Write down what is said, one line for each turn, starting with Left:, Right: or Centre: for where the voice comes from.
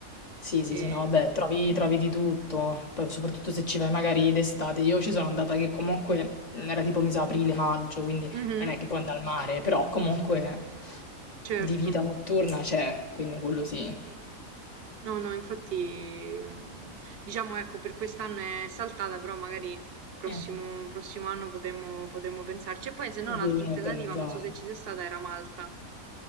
Left: Sì, sì,
Right: E-
Left: sì, no, vabbè, trovi, trovi di tutto, poi soprattutto se ci vai magari d'estate. Io ci sono andata che comunque mhmm, era tipo, mi sa, aprile-maggio, quindi
Right: Mhm,
Left: non è che puoi andare al mare, però comunque
Right: certo.
Left: di vita notturna c'è, quindi quello sì.
Right: No, no, infatti, mh, diciamo, ecco, per quest'anno è saltata, però magari prossimo,
Left: Eh,
Right: prossimo anno potremmo, potremmo pensarci. E poi, se no, l'altra
Left: vieni
Right: alternativa,
Left: organizzata.
Right: non so se ci sei stata, era Malta.